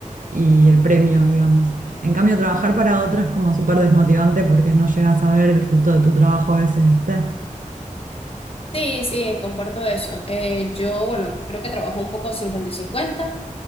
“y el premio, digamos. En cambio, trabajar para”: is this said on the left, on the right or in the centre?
Right